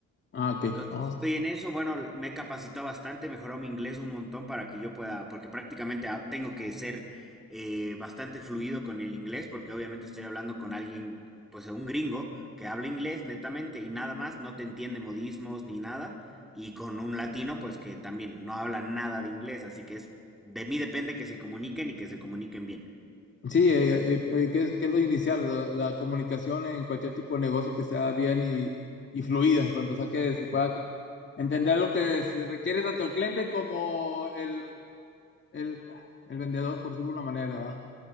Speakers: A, on the left; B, in the centre.
A: ah, ok.
B: Entonces,
A: No,
B: estoy en eso. Bueno, me he capacitado bastante, mejoró mi inglés un montón para que yo pueda, porque prácticamente ah, tengo que ser eh, bastante fluido con el inglés, porque obviamente estoy hablando con alguien, pues un gringo, que habla inglés netamente y nada más, no te entiende modismos ni nada, y con un latino, pues que también no habla nada de inglés, así que es, de mí depende que se comuniquen y que se comuniquen bien.
A: Sí, eh, eh, eh, que, es que es lo inicial, la, la comunicación en cualquier tipo de negocio que sea bien y, y fluida, para empezar que se pueda entender lo que se requiere tanto el cliente como el, el, el vendedor, por decirlo de una manera, ¿va?